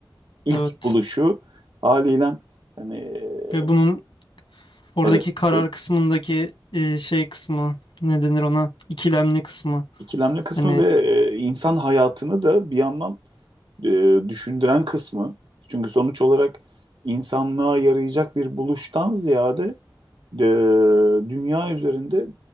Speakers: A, on the right (about 70°); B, on the left (about 85°).
A: ilk
B: evet.
A: buluşu haliyle hani e,
B: Ve bunun oradaki
A: evet
B: karar
A: buyurun.
B: kısmındaki e, şey kısmı ne denir ona? İkilemli kısmı.
A: İkilemli kısmı
B: Hani
A: ve e, insan hayatını da bir yandan e, düşündüren kısmı. Çünkü sonuç olarak insanlığa yarayacak bir buluştan ziyade e, dünya üzerinde